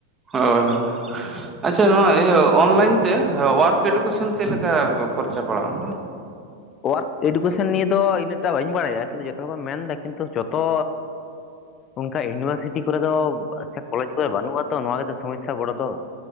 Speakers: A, on the right; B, on the left.
A: ᱦᱳᱭ ᱦᱳᱭ ᱟᱪᱷᱟ ᱱᱚᱣᱟ ᱤᱭᱟᱹ ᱚᱱᱞᱟᱭᱤᱱ ᱛᱮ, ᱳᱣᱟᱨᱠ ᱮᱰᱩᱠᱮᱥᱚᱱ ᱪᱮᱫ ᱞᱮᱠᱟ ᱠᱷᱚᱨᱪᱟ ᱯᱟᱲᱟᱜᱼᱟ ᱚᱸᱰᱮ?
B: ᱳᱣᱟᱨᱠ ᱮᱰᱩᱠᱮᱥᱚᱱ ᱱᱤᱭᱮ ᱫᱚ ᱤᱱᱟᱹᱜᱴᱟ ᱵᱟᱹᱧ ᱵᱟᱲᱟᱭᱟ ᱠᱤᱱᱛᱩ ᱡᱚᱛᱚ ᱦᱚᱲ ᱵᱢ ᱢᱮᱱᱫᱟ ᱠᱤᱱᱛᱩ ᱡᱚᱛᱚ ᱚᱱᱠᱟ ᱤᱭᱩᱱᱤᱵᱷᱟᱨᱥᱤᱴᱤ ᱠᱚᱨᱮ ᱫᱚ ᱥᱮ ᱠᱚᱞᱮᱮᱡ ᱠᱚᱨᱮ ᱵᱟᱹᱱᱩᱜ ᱟᱛᱚ ᱱᱚᱣᱟ ᱜᱮᱛᱚ ᱥᱚᱢᱚᱥᱥᱟ ᱵᱚᱲᱚ ᱫᱚ